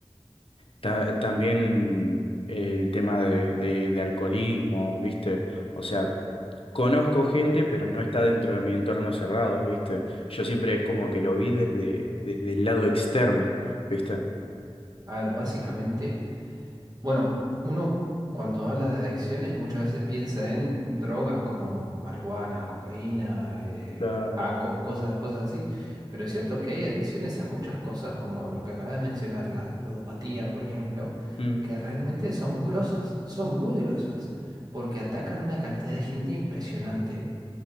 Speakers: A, on the left (about 70°); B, on the right (about 40°).
A: ta- también el tema de, de de alcoholismo, ¿viste? O sea, Conozco gente, pero no está dentro de mi entorno cerrado, ¿viste? Yo siempre es como que lo vi desde, desde el lado externo, ¿viste?
B: A ver, básicamente Bueno, uno cuando habla de adicciones muchas veces piensa en drogas como marihuana, cocaína, eh,
A: Claro.
B: paco, cosas, cosas así. Pero es cierto que hay adicciones a muchas cosas, como lo que acabas de mencionar, la ludopatía, por ejemplo,
A: Mm,
B: que realmente son grosas, son muy grosas, porque atacan una cantidad de gente impresionante